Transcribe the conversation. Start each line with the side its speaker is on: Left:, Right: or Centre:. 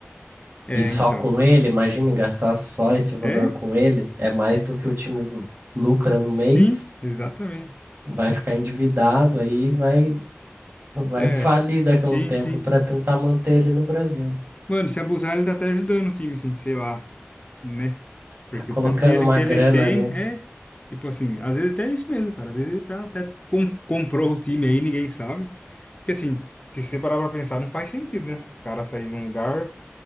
Left: É,
Right: E só
Left: então.
Right: com ele, imagine gastar só esse valor
Left: É?
Right: com ele, é mais do que o time lucra no
Left: Sim,
Right: mês,
Left: exatamente.
Right: vai ficar endividado, aí vai, vai
Left: É.
Right: falir daqui
Left: Sim,
Right: a um tempo
Left: sim.
Right: para tentar manter ele no Brasil.
Left: Mano, se abusar, ele tá até ajudando o time, assim, sei lá, né?
Right: Tá
Left: Porque
Right: colocando
Left: o tanto de dinheiro
Right: uma
Left: que
Right: grana
Left: ele tem
Right: ali.
Left: é. Tipo assim, às vezes até é isso mesmo, cara. Às vezes ele tá até com- comprou o time aí, ninguém sabe. Porque assim, se você parar pra pensar, não faz sentido, né? O cara sair de um lugar.